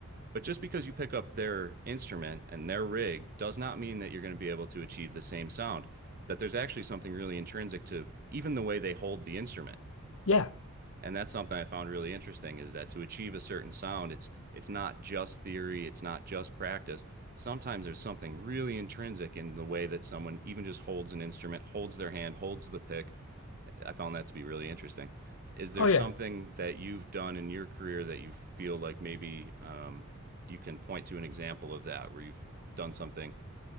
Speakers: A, on the right (about 45°); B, on the left (about 65°).
A: but just because you pick up their instrument and their rig does not mean that you're going to be able to achieve the same sound. That there's actually something really intrinsic to even the way they hold the instrument
B: yeah.
A: and that's something I found really interesting is that to achieve a certain sound, it's it's not just theory, it's not just practice. Sometimes there's something really intrinsic in the way that someone even just holds an instrument, holds their hand, holds the pick. I found that to be really interesting. Is there
B: Oh yeah,
A: something that you've done in your career that you feel like maybe um, you can point to an example of that where you've done something